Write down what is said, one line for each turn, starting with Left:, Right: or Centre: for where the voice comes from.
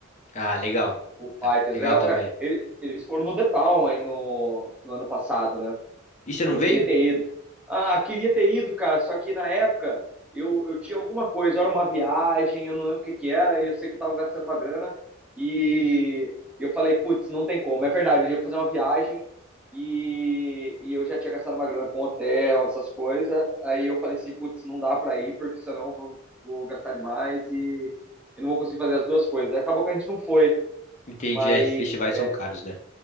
Left: Ah, legal.
Centre: Foo
Left: Tá,
Centre: Fighters,
Left: Legal
Centre: legal
Left: também.
Centre: pra caralho. Ele- Eles foram no The Town aí no, no ano passado, né?
Left: E você não
Centre: Eu
Left: veio?
Centre: queria ter ido. Ah, queria ter ido, cara, só que na época eu, eu tinha alguma coisa, era uma viagem, eu não lembro o que que era, e eu sei que eu tava gastando uma grana, e eu falei, putz, não tem como. É verdade, eu ia fazer uma viagem, e, e eu já tinha gastado uma grana com hotel, essas coisas, aí eu falei assim, putz, não dá pra ir, porque senão eu vou, vou gastar demais e eu não vou conseguir fazer as duas coisas. Aí acabou que a gente não foi,
Left: Entendi,
Centre: mas,
Left: é, festivais são caros, né?